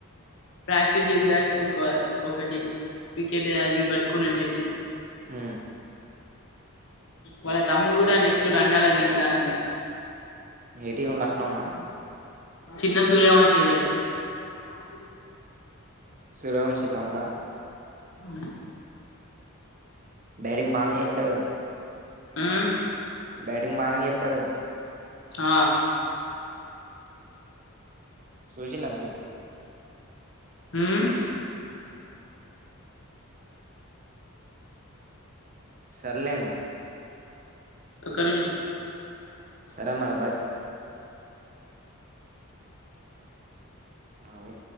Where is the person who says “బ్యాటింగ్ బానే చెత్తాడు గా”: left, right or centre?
Right